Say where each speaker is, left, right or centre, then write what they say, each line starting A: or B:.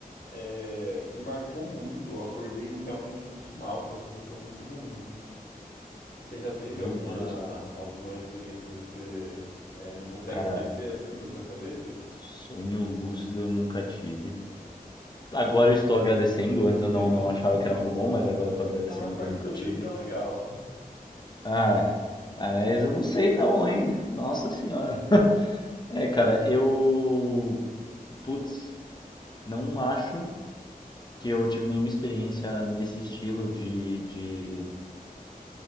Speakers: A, on the left; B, on the left.
A: é, me marcou muito, eu acordei realmente muito mal, com uma sensação muito ruim. Você já teve
B: Meu
A: alguma
B: Deus,
A: alguma experiência que você é, não consegue
B: cara,
A: esquecer assim da sua cabeça?
B: sonho lúcido eu nunca tive. Agora eu estou agradecendo, antes
A: <laughs>
B: eu não, não achava que era algo bom, mas agora eu estou agradecendo
A: Na maior
B: que
A: parte
B: eu nunca
A: do
B: tive.
A: tempo é legal.
B: Ah, mas eu não sei não, hein? Nossa senhora. <laughs> É, cara, eu. Putz, não acho que eu tive nenhuma experiência nesse estilo de, de.